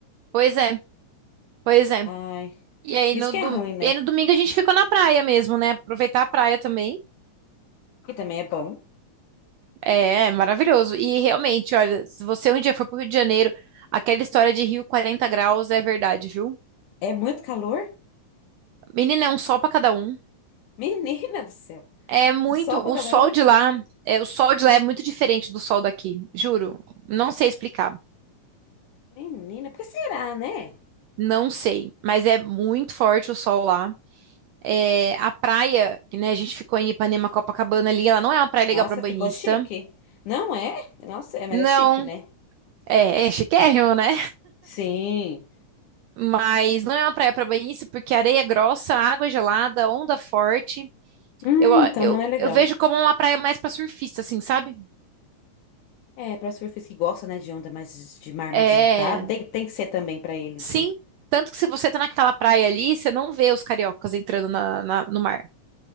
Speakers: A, on the right; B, on the left.
A: Pois é, pois é.
B: Ai,
A: E aí
B: isso
A: no,
B: que
A: dom-
B: é ruim, né?
A: e aí no domingo a gente ficou na praia mesmo, né? Aproveitar a praia também.
B: E também é bom.
A: É, é maravilhoso. E realmente, olha, se você um dia for pro Rio de Janeiro, aquela história de Rio 40 graus é verdade, viu?
B: É muito calor?
A: Menina, é um sol pra cada um.
B: Menina do céu.
A: É muito,
B: Um sol pra
A: o
B: cada
A: sol
B: um.
A: de lá, é, o sol de lá é muito diferente do sol daqui, juro. Não sei explicar.
B: Menina, por que será, né?
A: Não sei, mas é muito forte o sol lá. É, a praia, que né, a gente ficou em Ipanema, Copacabana ali, ela não é uma praia legal
B: Nossa,
A: pra banhista.
B: ficou chique. Não é? Nossa, é, mas
A: Não,
B: é chique, né?
A: é, é chiquérrimo, né?
B: Sim.
A: Mas não é uma praia para banhista porque a areia é grossa, a água é gelada, onda forte.
B: Hum,
A: Eu,
B: então
A: eu,
B: não é legal.
A: eu vejo como uma praia mais pra surfista, assim, sabe?
B: É, para surfistas que gostam, né, de onda mais de mar mais
A: É,
B: agitado, tem, tem que ser também pra eles,
A: sim.
B: né?
A: Tanto que se você tá naquela praia ali, você não vê os cariocas entrando na, na- no mar.